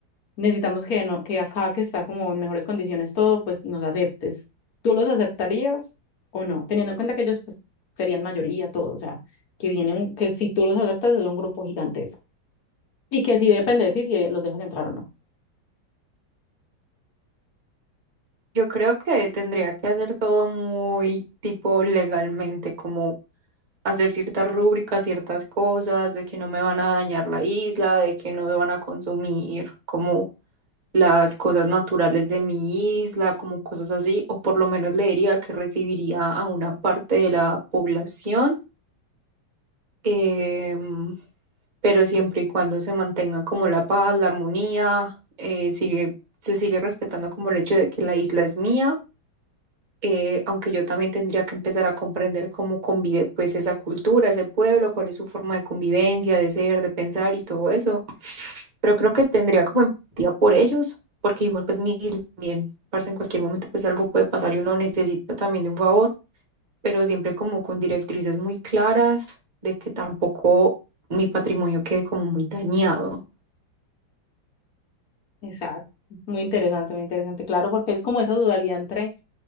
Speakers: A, on the left; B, on the right.
A: necesitamos que, no, que acá que está como en mejores condiciones todo, pues nos aceptes. ¿Tú los aceptarías o no? Teniendo en cuenta que ellos pues serían mayoría, todo, o sea, que vienen, que si tú los aceptas es un grupo gigantesco y que sí depende de ti si los dejas entrar o no.
B: Yo creo que tendría que hacer todo muy tipo legalmente, como hacer ciertas rúbricas, ciertas cosas, de que no me van a dañar la isla, de que no van a consumir como las cosas naturales de mi isla, como cosas así, o por lo menos le diría que recibiría a una parte de la población. em, pero siempre y cuando se mantenga como la paz, la armonía, eh, sigue, se sigue respetando como el hecho de que la isla es mía, eh, aunque yo también tendría que empezar a comprender cómo convive pues esa cultura, ese pueblo, cuál es su forma de convivencia, de ser, de pensar y todo eso, pero creo que tendría como empatía por ellos, porque igual pues mi isla también, parce, en cualquier momento pues algo puede pasar y uno necesita también de un favor pero siempre como con directrices muy claras de que tampoco mi patrimonio quede como muy dañado.
A: Exacto. Muy interesante, muy interesante, claro, porque es como esa dualidad entre,